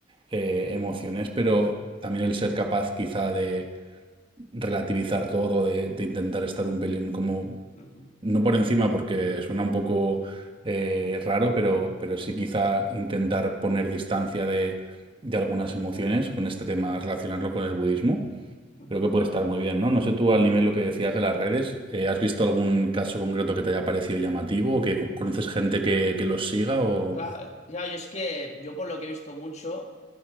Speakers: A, on the right; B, on the left.
A: eh, emociones, pero también el ser capaz quizá de relativizar todo, de, de intentar estar un pelín como,
B: Ujú,
A: no por encima porque suena un poco eh, raro, pero, pero sí quizá intentar poner distancia de, de algunas emociones con este tema, relacionarlo con el budismo.
B: ujú.
A: Creo que puede estar muy bien, ¿no? No sé tú al nivel lo que decías de las redes, eh, ¿has visto algún caso concreto que te haya parecido llamativo o que co- conoces gente que, que los siga o...
B: Claro, claro, yo es que yo por lo que he visto mucho.